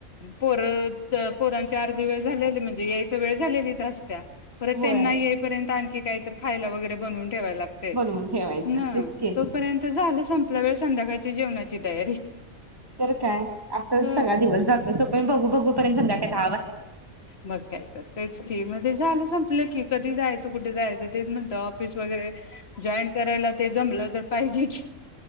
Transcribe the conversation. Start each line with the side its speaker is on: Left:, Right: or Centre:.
Left: पोर पोरांची अर्धी वेळ झालेली म्हणजे यायची वेळ झालेलीच आस त्या परत
Right: होय
Left: त्यांना ये आणखी काय तर खायला वगैरे बनवून ठेवाय लागतय
Right: बोलवून ठेवायचं
Left: ना
Right: तेच की
Left: तोपर्यंत झाल संपतय थोडा वेळ संध्याकाळची जेवणाची तयारी
Right: तर काय आसच
Left: ह
Right: सगळा दिवस जातो तो पण बघू, बघू पर्यंत संध्याकाळ दहा वाजत
Left: मग काय तर तेच की मध्ये झालं संपलं की कधी जायच कुठ जायच तेच म्हणतो ऑफिस वगैरे जॉईन करायला ते जमलं तर पाहिजे की